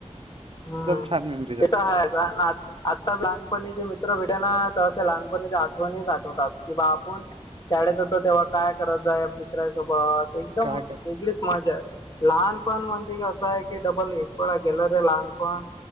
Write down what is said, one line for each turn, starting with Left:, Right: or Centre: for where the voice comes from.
Left: ते
Right: एकदम छान मेमरीज
Left: तर आहेत ना <unintelligible> आता लहानपणीचा मित्र भेटले ना की लहानपणीच्या आठवणीच्या आठवत राहतात की बा आपण शाळेत होतो तेव्हा काय करायचं त्या मित्रासोबत एकदम
Right: काय करायचं
Left: वेगळीच मजा आहे लहानपण म्हणजे की असं आहे कि डबल एक वेळा गेल रे लहानपण